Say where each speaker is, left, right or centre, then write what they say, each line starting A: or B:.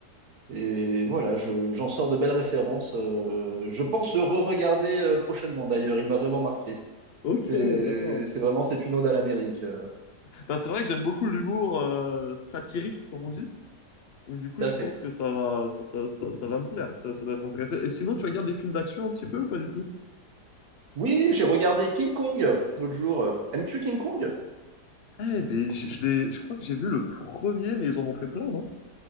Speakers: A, on the right; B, on the left.
A: et voilà, je, j'en sors de belles références. euh, je pense le re-regarder euh, prochainement d'ailleurs, il m'a vraiment marqué.
B: Ok,
A: C'est
B: d'accord.
A: c'est vraiment, c'est une ode à l'Amérique. euh,
B: Bah, c'est vrai que j'aime beaucoup l'humour euh, satirique, comme on dit. Donc, du coup,
A: Tout
B: je
A: à fait.
B: pense que ça va, ça, ça, ça- ça va me plaire. Ça, ça doit être intéressant. Et sinon, tu regardes des films d'action un petit peu ou pas du tout?
A: Oui, j'ai regardé King Kong l'autre jour. euh. Aimes-tu King Kong?
B: Eh, mais je, je l'ai- je crois que j'ai vu le premier, mais ils en ont fait plein, non?